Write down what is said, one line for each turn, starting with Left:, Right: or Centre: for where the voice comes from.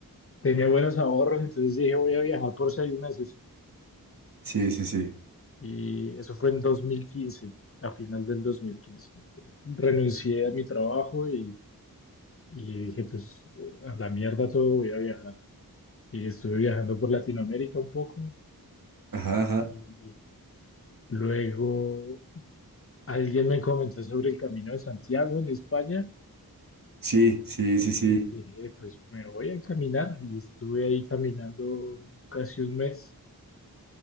Left: tenía buenos ahorros, entonces dije voy a viajar por seis meses
Right: Sí, sí, sí.
Left: y eso fue en 2015, a final del 2015. Entonces, renuncié a mi trabajo y, y dije pues a la mierda todo, voy a viajar. Y estuve viajando por Latinoamérica un poco
Right: Ajá, ajá.
Left: y luego alguien me comentó sobre el Camino de Santiago en España.
Right: Sí, sí,
Left: Entonces
Right: sí, sí.
Left: dije, pues me voy a caminar y estuve ahí caminando casi un mes